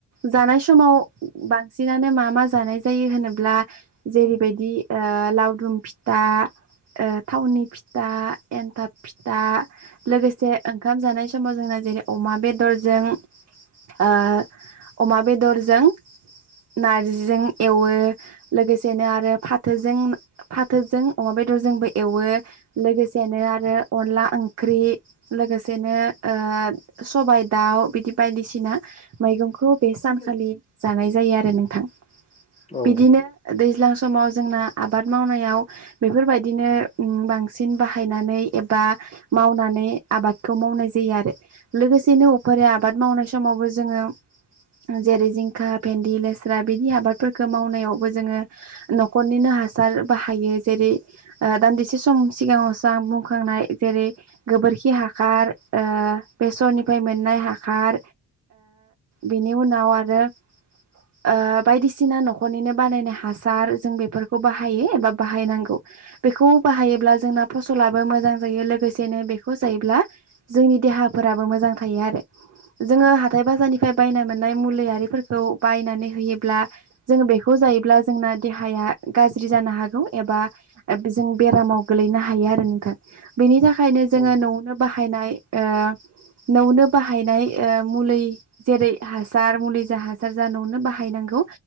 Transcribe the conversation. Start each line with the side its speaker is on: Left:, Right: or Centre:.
Right: जानाय स समाव बांसिनानो मा मा जानाय जायो होनोब्ला जेरैबायदि ओ लावदुम फिथा ओ थावनि फिथा एन्थाब फिथा लोगोसे ओंखाम जानाय समाव जोंना जेरै अमा बेदरजों ओ अमा बेदरजों नारजिजों एवो लोगोसेनो आरो फाथोजों फाथोजों अमा बेदरजोंबो एवो लोगोसेनो आरो अनला ओंख्रि लोगोसेनो ओ सबायाइ दाउ बिदि बायदिसिना माइगं खौ बे सानखालि
Left: उम
Right: जानाय जायो आरो नोंथां
Left: औ
Right: बिदिनो दैज्लां समाव जोंना आबाद मावनायाव बेफोरबायदिनो बांसिन बाहायनानै एबा मावनानै आबादखौ मावनाय जायो आरो लोगोसेनो उफेरा आबाद मावनाय समावबो जोङो जेरै जिंखा भेन्दि लेस्रा बिदि आबादफोरखौ मावनायावबो जोङो न'खरनिनो हासार बाहायो जेरै ओ दान्दिसे सम सिगाङावसो आं बुंखांनाय जेरै गोबोरखि हासार ओ बेसरनिफ्राय मोननाय हासार बेनि उनाव आरो ओ बायदिसिना न'खरनिनो बानायनाय हासार जों बेफोरखौ बाहायो एबा बाहायनांगौ बेखौ बाहायोब्ला जोंना फसलाबो मोजां जायो लोगोसेनो बेखौ जायोब्ला जोंनि देहाफोराबो मोजां थायो आरो जोङो हाथाइ बाजारनि बायना मोननाय मुलियिफोरखौ बायनानै होयोब्ला जोङो बेखौ जायोब्ला जोंना देहाया गाज्रि जानो हागौ एबा जों बेरामाव गोलैनो हायो आरो नोंथां बेनि थाखाय ओंखायनो
Left: औ
Right: जोङो
Left: औ
Right: न'आवनो बाहायनाय ओ न'नो बाहायनाय ओ मुलै जेरै हासार मुलि जा हासार जा न'नो बाहायनांगौ